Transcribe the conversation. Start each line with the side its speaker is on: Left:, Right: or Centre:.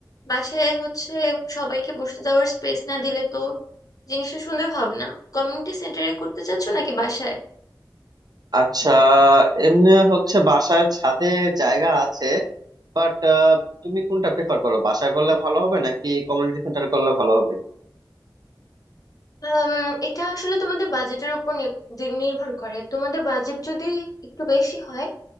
Left: বাসায় হচ্ছে সবাইকে বসতে দেওয়ার স্পেস না দিলে তো জিনিসটা সুন্দর হবে না কমিউনিটি সেন্টারে করতে চাচ্ছ নাকি বাসায়
Right: আচ্ছা এমনি হচ্ছে বাসার ছাদে জায়গা আছে বাট তুমি কোনটা প্রেফার করো বাসায় করলে ভালো হবে নাকি কমিউনিটি সেন্টারে করলে ভালো হবে
Left: আম, এটা আসলে তোমাদের বাজেটের উপর নি- দি- নির্ভর করে তোমাদের বাজেট যদি একটু বেশি হয়